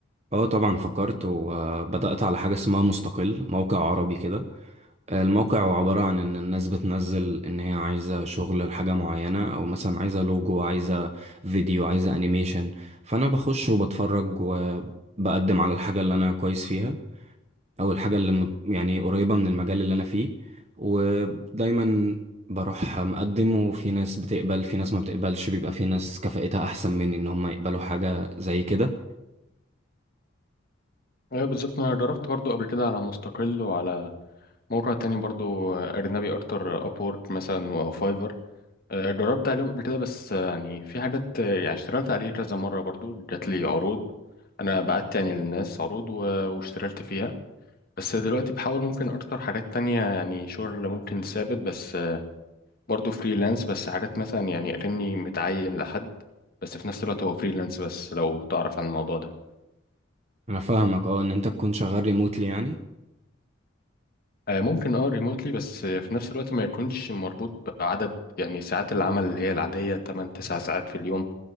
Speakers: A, on the right; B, on the left.
A: اه طبعا فكرت وبدأت على حاجة اسمها مستقل موقع عربي كده الموقع هو عبارة عن إن الناس بتنزل إن هي عايزة شغل لحاجة معينة أو مثلا عايزة لوجو عايزة فيديو عايزة أنيميشن فأنا بخش وبتفرج وبقدم على الحاجة اللي أنا كويس فيها أو الحاجة اللي مت- يعني قريبة من المجال اللي أنا فيه ودايما بروح مقدم وفي ناس بتقبل في ناس ما بتقبلش بيبقى في ناس كفاءتها أحسن مني إن هم يقبلوا حاجة زي كده
B: ايه بالظبط انا جربت برضو قبل كده على مستقل وعلى موقع تاني برضو آه، اجنبي اكتر ابورك مثلا او فايفر آه، جربت عليهم قبل كده بس آه، يعني في حاجات آه، يعني اشتغلت عليه كذا مرة برضو جات لي عروض أنا بعت يعني للناس عروض و- واشتغلت فيها بس دلوقتي بحاول ممكن أكتر حاجات تانية يعني شغل ممكن ثابت بس آه، برضو فريلانس بس حاجات مثلا يعني أكني متعين لحد بس في نفس الوقت هو فريلانس بس لو تعرف عن الموضوع ده
A: أنا فاهمك أه إن أنت تكون شغال ريموتلي يعني
B: آه، ممكن اه ريموتلي بس آه، في نفس الوقت ما يكونش مربوط بعدد يعني ساعات العمل اللي هي العادية 8 9 ساعات في اليوم